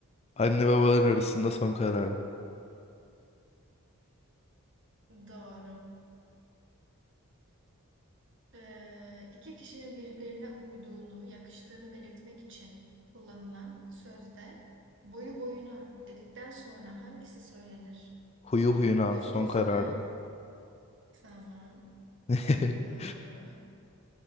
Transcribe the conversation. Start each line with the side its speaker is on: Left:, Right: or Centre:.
Left: Anne babaların arasında son kararım.
Right: Doğru. Ee, iki kişinin birbirine uyduğunu, yakıştığını belirtmek için kullanılan sözde boyu boyuna dedikten sonra hangisi söylenir?
Left: Huyu huyuna
Right: Gözü
Left: son
Right: gözüne.
Left: kararım.
Right: Tamam.
Left: <laughs>
Right: Evet doğru.